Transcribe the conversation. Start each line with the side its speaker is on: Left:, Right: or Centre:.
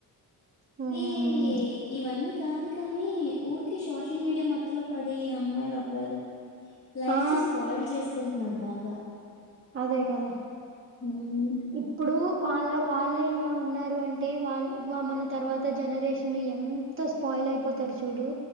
Right: హ్మ్.
Left: ఈ ఇవన్నీ కాదు కాని ఊరికి సోషల్ మీడియా మత్తులో పడి అమ్మాయిలు అబ్బాయిలు లైఫ్స్
Right: ఆ!
Left: స్పాయిల్ చేసు కుంటున్నారు బాగా
Right: అదే కదా
Left: హ్మ్.
Right: ఇప్పుడు వాళ్ళ వాళ్ళే ఇలా ఉన్నారు అంటే వాళ్ళు మన తర్వాత జనరేషన్ ఎంత స్పాయిల్ అయిపోతారు చ చూడు